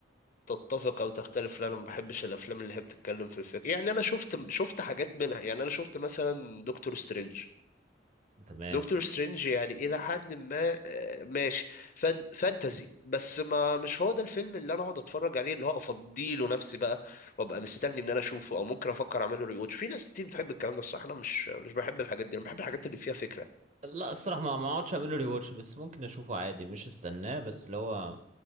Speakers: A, on the left; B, on the right.
A: تتفق او تختلف لا انا ما بحبش الافلام اللي هي بتتكلم في الفكره يعني انا شفت شفت حاجات منها يعني انا شفت مثلا دكتور سترينج
B: تمام
A: دكتور سترينج يعني الى حد ما آه، ماشي فان فانتزي بس ما مش هو ده الفيلم اللي انا اقعد اتفرج عليه اللي هو افضيله نفسي بقى وابقى مستني ان انا اشوفه او ممكن افكر اعمله ريوتش في ناس كتير بتحب الكلام ده الصراحه انا مش مش بحب الحاجات دي انا بحب الحاجات اللي فيها فكره
B: لا الصراحة ما ما اقعدش اعمله ري واتش بس ممكن اشوفه عادي مش استناه بس اللي هو